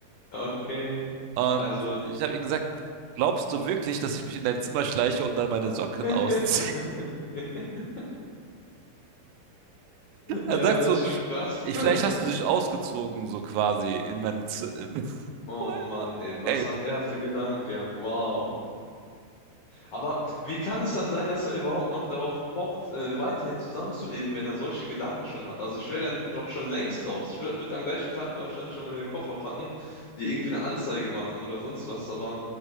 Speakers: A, on the left (about 80°); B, on the right (about 85°).
A: Okay.
B: Und
A: Also,
B: ich habe ihm gesagt, glaubst du wirklich, dass ich mich in dein Zimmer schleiche und dann meine Socken
A: <laughs>
B: ausziehe? <laughs> Er
A: ja,
B: sagt
A: das
B: so,
A: ist schon krass.
B: ich,
A: <laughs>
B: vielleicht hast du dich ausgezogen, so quasi in meinem Zimmer.
A: Oh
B: <laughs>
A: Mann, ey, was
B: Ey,
A: hat er für Gedanken gehabt? Wow. Aber wie kann es dann sein, dass er überhaupt noch darauf pocht, äh, weiterhin zusammenzuleben, wenn er solche Gedanken schon hat? Also ich wäre dann doch schon längst raus. Ich würde am gleichen Tag wahrscheinlich schon meine Koffer packen, die irgendwie eine Anzeige machen oder sonst was. Aber